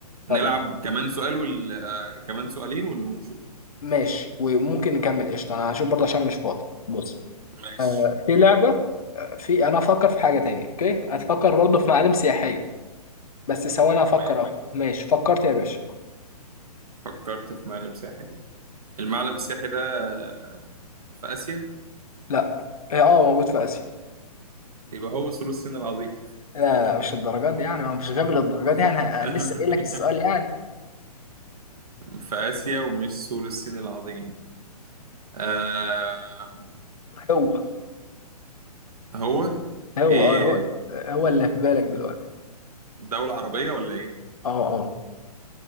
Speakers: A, on the right (about 65°); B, on the left (about 65°).
A: نلعب
B: يلا
A: كمان سؤال وال... آه، كمان سؤالين ولا ونشوف
B: ماشي وممكن نكمل قشطة انا هشوف برضه عشان مش فاضي بص
A: ماشي
B: في لعبة في انا افكر في حاجة تاني اوكي هتفكر برضه في معالم سياحية بس ثواني افكر
A: ماشي
B: اهو ماشي فكرت يا باشا
A: فكرت في معلم ساحلي المعلم السياحي ده آه، في آسيا
B: لا إيه، اه موجود في اسيا
A: يبقى هو سور الصين العظيم
B: لا لا مش الدرجات دي يعني هو مش غبي للدرجات دي يعني أنا
A: <laughs>
B: لسه قايل لك السؤال يعني
A: في آسيا ومش سور الصين العظيم آه...
B: هو
A: هو
B: هو
A: ايه
B: اه هو هو اللي في بالك دلوقتي
A: دولة عربية ولا ايه
B: اه اه